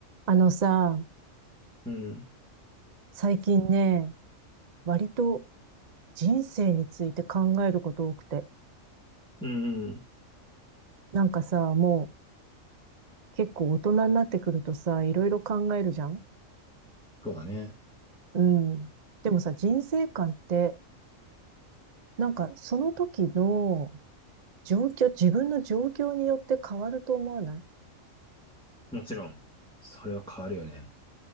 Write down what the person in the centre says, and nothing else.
うん。
うん、うん。
そうだね。
もちろん。それは変わるよね。